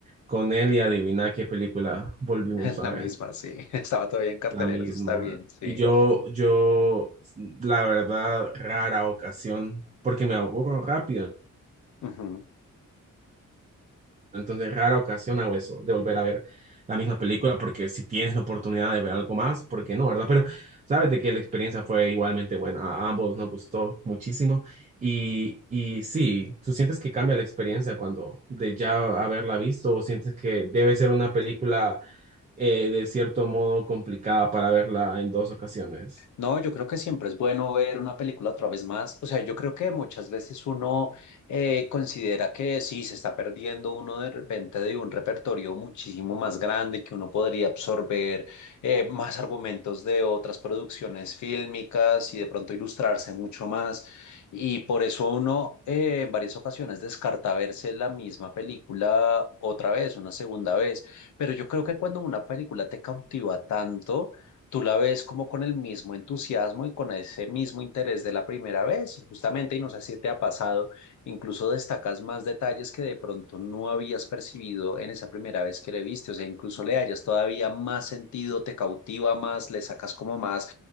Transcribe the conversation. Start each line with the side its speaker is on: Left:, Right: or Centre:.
Right: con él y adivina qué película volvimos
Left: <laughs>
Right: a
Left: La
Right: ver.
Left: misma, sí. <laughs> Estaba todavía en cartelera,
Right: La misma.
Left: eso está bien, sí.
Right: Y yo, yo, la verdad, rara ocasión, porque me aburro rápido,
Left: Ujú.
Right: entonces rara ocasión hago eso, de volver a ver la misma película, porque si tienes la oportunidad de ver algo más, ¿por qué no, verdad? Pero sabes de que la experiencia fue igualmente buena, a ambos nos gustó muchísimo, y, y sí, tú sientes que cambia la experiencia cuando de ya haberla visto, o sientes que debe ser una película eh, de cierto modo complicada para verla en dos ocasiones.
Left: No, yo creo que siempre es bueno ver una película otra vez más. O sea, yo creo que muchas veces uno eh, considera que sí, se está perdiendo uno de repente de un repertorio muchísimo más grande, que uno podría absorber eh, más argumentos de otras producciones fílmicas y de pronto ilustrarse mucho más. Y por eso uno eh, en varias ocasiones descarta verse la misma película otra vez, una segunda vez. Pero yo creo que cuando una película te cautiva tanto, tú la ves como con el mismo entusiasmo y con ese mismo interés de la primera vez, y justamente, y no sé si te ha pasado, incluso destacas más detalles que de pronto no habías percibido en esa primera vez que le viste, o sea, incluso le hayas todavía más sentido, te cautiva más, le sacas como más,